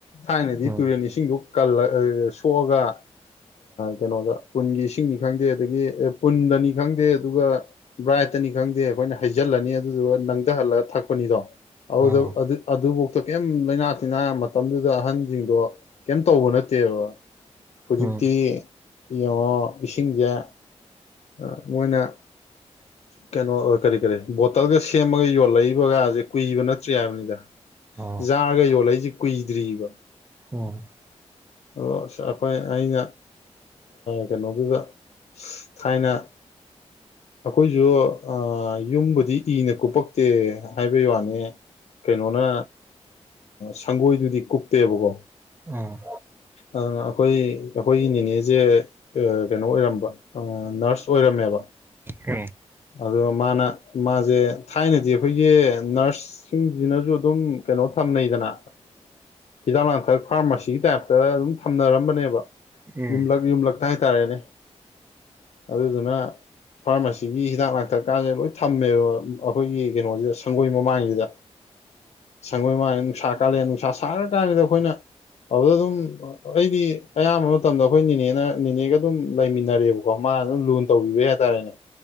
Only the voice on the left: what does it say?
ꯊꯥꯏꯅꯗꯤ
ꯇꯨꯔꯦꯟ ꯏꯁꯤꯡꯗ ꯀꯜꯂ ꯁꯣꯛꯑꯒ ꯀꯩꯅꯣꯗ ꯄꯨꯟꯒꯤ ꯏꯁꯤꯡꯒꯤ ꯈꯪꯗꯦ ꯑꯗꯒꯤ ꯑꯦ ꯄꯨꯟꯗꯅꯤ ꯈꯪꯗꯦ ꯑꯗꯨꯒ ꯕ꯭ꯔꯥꯏꯠꯇꯅꯤ ꯈꯪꯗꯦ ꯑꯩꯈꯣꯏꯅ ꯍꯩꯖꯤꯜꯂꯅꯤ ꯑꯗꯨꯗꯨꯒ ꯅꯪꯊꯍꯜꯂꯒ ꯊꯛꯄꯅꯤꯗꯣ ꯍꯥꯎꯗ
ꯑꯗꯨ ꯑꯗꯨ ꯀꯩꯝ ꯂꯩꯥꯏꯅꯥ ꯇꯤꯟꯅꯥ ꯃꯇꯝꯗꯨꯗ ꯑꯍꯟꯖꯤꯡꯗꯣ ꯀꯩꯝ ꯇꯧꯕ ꯅꯠꯇꯦꯕ ꯍꯧꯖꯤꯛꯇꯤ
ꯏꯉꯥ ꯏꯁꯤꯡꯖ ꯑꯥ ꯃꯣꯏꯅ ꯀꯩꯅꯣ ꯀꯔꯤ ꯀꯔꯤ ꯕꯣꯇꯜꯒ ꯁꯦꯝꯃꯒ ꯌꯣꯜꯂꯛꯏꯕꯒꯁꯦ ꯀꯨꯏꯕ ꯅꯠꯇ꯭ꯔꯤ ꯍꯥꯏꯕꯅꯤꯗ
ꯖꯥꯔꯒ ꯌꯣꯜꯂꯩꯖꯤ ꯀꯏ ꯔꯤꯕ
ꯑꯗꯣ ꯑꯩꯈꯣꯏ ꯑꯩꯅ ꯀꯩꯅꯣꯗꯨꯗ ꯊꯥꯏꯅ ꯑꯩꯈꯣꯏꯁꯨ ꯌꯨꯝꯕꯨꯗꯤ ꯏꯅ ꯀꯨꯞꯄꯛꯇꯦ ꯍꯥꯏꯕꯩ ꯋꯥꯅꯤ ꯀꯩꯅꯣꯅ ꯁꯪꯒꯣꯏꯗꯨꯗꯤ ꯀꯨꯞꯇꯦꯕꯀꯣ
ꯑ ꯑꯩꯈꯣꯏ ꯑꯩꯈꯣꯏꯒꯤ ꯅꯦꯅꯦꯁꯦ ꯀꯩꯅꯣ ꯑꯣꯏꯔꯝꯕ ꯅꯔꯁ ꯑꯣꯏꯔꯝꯃꯦꯕ ꯑꯗ
ꯃꯥꯅ ꯃꯥꯁꯦ ꯊꯥꯏꯅꯗꯤ ꯑꯩꯈꯣꯏꯒꯤ ꯅꯔꯁꯁꯤꯡꯁꯤꯅꯁꯨ ꯑꯗꯨꯝ ꯀꯩꯅꯣ ꯊꯝꯅꯩꯗꯅ ꯍꯤꯗꯥꯛ ꯂꯥꯡꯊꯛ ꯐꯥꯔꯃꯥꯁꯤꯒꯤ ꯇꯥꯏꯞꯇ ꯑꯗꯨꯝ ꯊꯝꯅꯔꯝꯕꯅꯦꯕ
ꯌꯨꯝꯂꯛ ꯌꯨꯝꯂꯛ ꯥꯏꯇꯥꯔꯦꯅꯦ ꯑꯗꯨꯗꯨꯅ ꯐꯥꯔꯃꯥꯁꯤꯒꯤ ꯍꯤꯗꯥꯛ ꯂꯥꯡꯊꯛ ꯀꯥꯟꯁꯦ ꯂꯣꯏ ꯊꯝꯃꯦꯕ ꯑꯩꯈꯣꯏꯒꯤ ꯀꯩꯅꯣꯁꯤꯗ ꯁꯪꯒꯣꯏ ꯃꯃꯥꯡꯁꯤꯗ ꯁꯣꯏ ꯃꯥ ꯅꯨꯡꯁꯥ ꯀꯥꯜꯂꯦ ꯅꯨꯡꯁꯥ ꯁꯥꯔ ꯀꯥꯟꯁꯤꯗ ꯑꯩꯈꯣꯏꯅ ꯑꯗꯨꯗ ꯑꯗꯨꯝ ꯑꯩꯗꯤ ꯑꯌꯥꯝꯕ ꯃꯇꯝꯗ ꯑꯩꯈꯣꯏ ꯅꯦꯅꯦꯅ ꯅꯦꯅꯦꯒ ꯑꯗꯨꯝ ꯂꯩꯃꯤꯟꯅꯔꯦꯕꯀꯣ ꯃꯥꯅ ꯑꯗꯨꯝ ꯂꯨ ꯇꯧꯕꯤꯕꯩ ꯍꯥꯏꯇꯥꯔꯦꯅꯦ